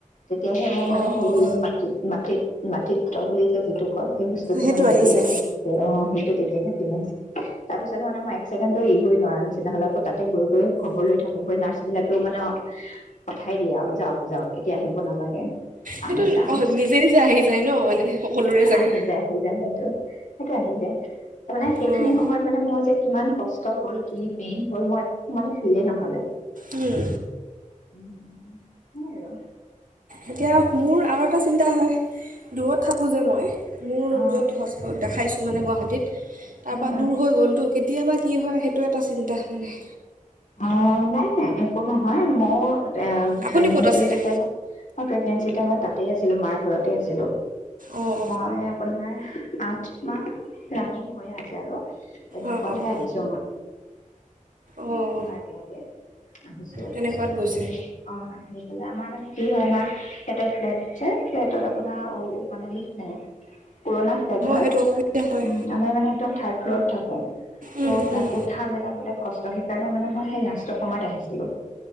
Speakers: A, on the left (about 65°); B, on the right (about 80°).
A: তেতিয়াহে মোৰ মানে
B: অঁ
A: সেই মাটিত, মাটিত মাতৃত্ব বুলি যে যিটো কয়। সেই বস্তুটো
B: সেইটো
A: মানে হৈছে
B: আহিছে
A: হৈছে অ সেইটো তেতিয়াহে ফিল আহিছে তাৰ পিছত মানে মই এক ছেকেণ্ডটো এৰিবই নোৱাৰা নিচিনা হ'লো আকৌ তাতে গৈ গৈ খবৰ লৈ থাকো নাৰ্ছ বিলাকেও মানে পঠাই দিয়ে আৰু যাওঁক যাওঁক এতিয়া আহিব নালাগে। আমি
B: সেইটো
A: চাম
B: অ', নিজে, নিজে আহি যায় ন? মানে সকলোৰে চাগে।
A: আহি যায় আহি যায় সেইটো সেইটো আহি যায় মানে সেইখিনি
B: অঁ
A: সময়ত মানে মোৰ যে কিমান কষ্ট হ'ল কি পেইন হ'ল, মই মান ফিলে নহ'লে।
B: উম।
A: উম, <unintelligible>
B: এতিয়া মোৰ আৰু এটা চিন্তা হয়, দূৰত থাক <unintelligible> মই মোৰ
A: অ
B: য'ত হচ দেখাই মানে গুৱাহাটীত তাৰ
A: উম
B: পৰা দূৰ হৈ গ'লটো কেতিয়াবা কি হয় সেইটো এটা চিন্তা মানে
A: অ', নাই, নাই একো নহ হয়, মোৰ আ,
B: আপুনি
A: প্ৰেগনেঞ্চি
B: ক'ত আছিলে
A: টাইমত অ', প্ৰেগনেঞ্চি টাইমত তাত তে মাৰ ঘৰতে আছিলো,
B: অঁ
A: মই আপোনাৰ আঠ মাহ ৰানিং হৈ আছে আৰু তেনেকুৱাতহে
B: অঁ অঁ অঁ
A: আহিছ
B: অঁ
A: নমাহৰ আগে, আগে আহিছো
B: তেনেকুৱাত গৈছে
A: আহি অ', আহি আমাৰ মানে কি হয় ন' কে ফ্লেট যে ফ্লেটত আপোনাৰ অ'। মানে লোক নাই পুৰণা ফ্লেট হয়
B: সেইটো অসুবিধা হয়
A: উম, আমি মানে একদম থাৰ্ড ফ্লৰত থাকো। ত'
B: উম,
A: তাত
B: উম।
A: উঠা মেলা বোলে কষ্ ত' সেইকাৰণে মানে মই সেই লাষ্টৰ সময়ত আহিছিলো।